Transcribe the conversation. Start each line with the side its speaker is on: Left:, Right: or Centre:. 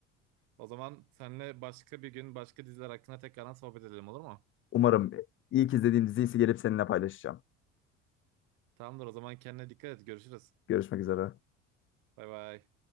Right: O zaman seninle başka bir gün başka diziler hakkında tekrardan sohbet edelim olur mu?
Left: Umarım ilk izlediğim dizi ise gelip seninle paylaşacağım.
Right: Tamamdır o zaman kendine dikkat et. Görüşürüz.
Left: Görüşmek üzere.
Right: Bay bay.